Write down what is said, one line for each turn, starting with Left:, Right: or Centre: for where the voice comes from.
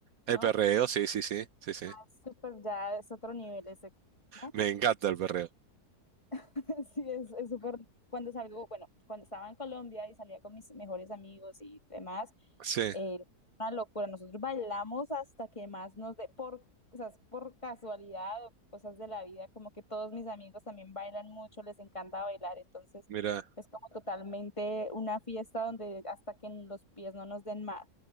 Right: El
Left: ¿no?
Right: perreo, sí, sí, sí, sí, sí.
Left: súper, ya es otro nivel, es extremo.
Right: Me encanta el perreo.
Left: <laughs> Sí, es, es súper. Cuando salgo, bueno, cuando estaba en Colombia y salía con mis mejores amigos y demás,
Right: Sí,
Left: eh, una locura. Nosotros bailamos hasta que más nos dé por, o sea, por casualidad o cosas de la vida, como que todos mis amigos también bailan mucho, les encanta bailar, entonces
Right: mira,
Left: es como totalmente una fiesta donde hasta que los pies no nos den más.